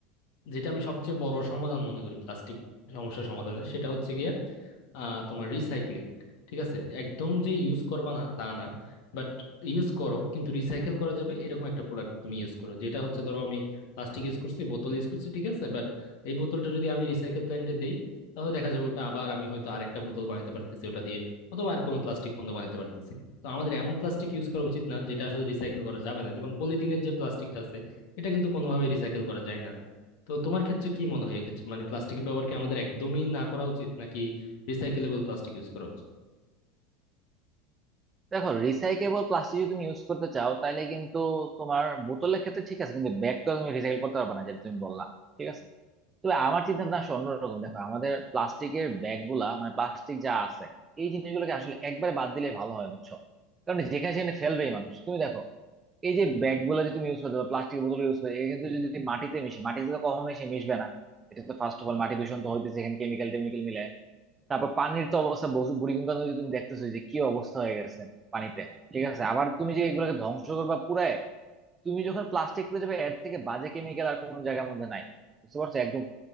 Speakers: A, on the left; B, on the right.
A: যেটা আমি সবচেয়ে বড় সমাধান মনে করি প্লাস্টিক সমস্যা সমাধানের সেটা হচ্ছে গিয়ে আহ তোমার রিসাইক্লিং ঠিক আছে যে একদম যে ইউজ করবা না তা না বাট ইউজ করো কিন্তু রিসাইকেল করা যাবে এরকম একটা প্রোডাক্ট তুমি ইউজ করো যেটা হচ্ছে ধরো আমি প্লাস্টিক ইউজ করছি বোতল ইউজ করছি ঠিক আছে বাট এই বোতলটা যদি আমি রিসাইকেল প্ল্যান্টে দেই তাহলে দেখা যাবে ওটা আবার আমি হয়তো আরেকটা বোতল বানাতে পারতেছি ওটা দিয়ে অথবা আর কোনো প্লাস্টিক পণ্য বানাতে পারতেছি তো আমাদের এমন প্লাস্টিক ইউজ করা উচিত না যেটা আসলে রিসাইকেল করা যাবে না যেমন পলিথিনের যে প্লাস্টিকটা আছে এটা কিন্তু কোনোভাবে রিসাইকেল করা যায় না তো তোমার ক্ষেত্রে কি মনে হয় এক্ষেত্রে মানে প্লাস্টিকের ব্যবহার কি আমাদের একদমই না করা উচিত নাকি রিসাইকেলেবল প্লাস্টিক ইউজ করা উচিত
B: দেখো রিসাইকেবল প্লাস্টিক যদি তুমি ইউজ করতে চাও তাহলে কিন্তু তোমার বোতলের ক্ষেত্রে ঠিক আছে কিন্তু ব্যাগ তো তুমি রিসাইকেল করতে পারবে না যেটা তুমি বললা ঠিক আছে তবে আমার চিন্তা ভাবনা আসলে অন্যরকম দেখো আমাদের প্লাস্টিকের ব্যাগ গুলা মানে প্লাস্টিক যা আছে এই জিনিসগুলোকে আসলে একবারে বাদ দিলে ভালো হয় বুঝছো কারণ যেখানে সেখানে ফেলবেই মানুষ তুমি দেখো এই যে ব্যাগ গুলো যে তুমি ইউজ করতে বা প্লাস্টিকের বোতল ইউজ করতে কিন্তু যদি মাটিতে মিশে মাটিতে তো কখনোই সে মিশবে না এটা তো ফার্স্ট অফ অল মাটি দূষণ তো হইতেছে এখানে কেমিক্যাল টেমিক্যাল মিলে তারপর পানির তো অবস্থা বু- বুড়িগঙ্গা নদী তুমি দেখতেছো যে কি অবস্থা হয়ে গেছে পানিতে ঠিক আছে আবার তুমি যে এগুলোকে ধ্বংস করবা পুরায় তুমি যখন প্লাস্টিক পুড়ে যাবে এর থেকে বাজে কেমিক্যাল আর কোনো জায়গার মধ্যে নাই বুঝতে পারছো একদম